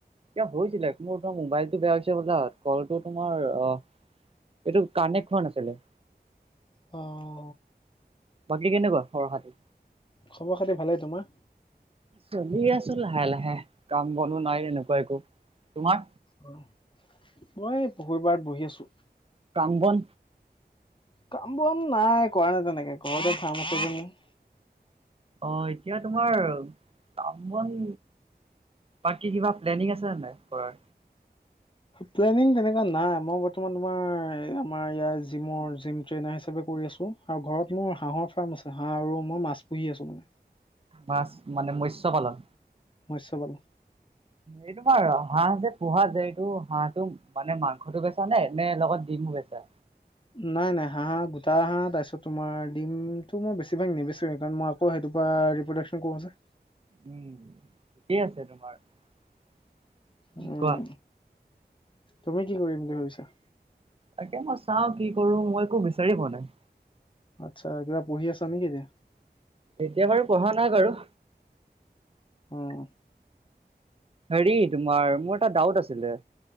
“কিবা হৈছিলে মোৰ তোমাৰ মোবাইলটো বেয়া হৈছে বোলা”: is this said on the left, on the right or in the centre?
Right